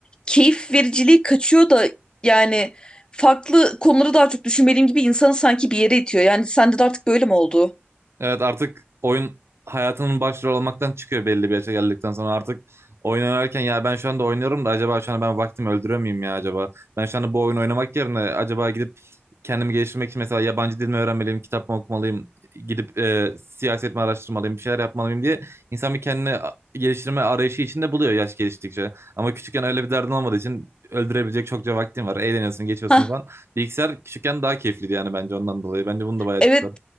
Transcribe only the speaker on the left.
keyif vericiliği kaçıyor da yani farklı konuları daha çok düşünmeliyim gibi insanı sanki bir yere itiyor. Yani sende de artık böyle mi oldu?
Hah
evet.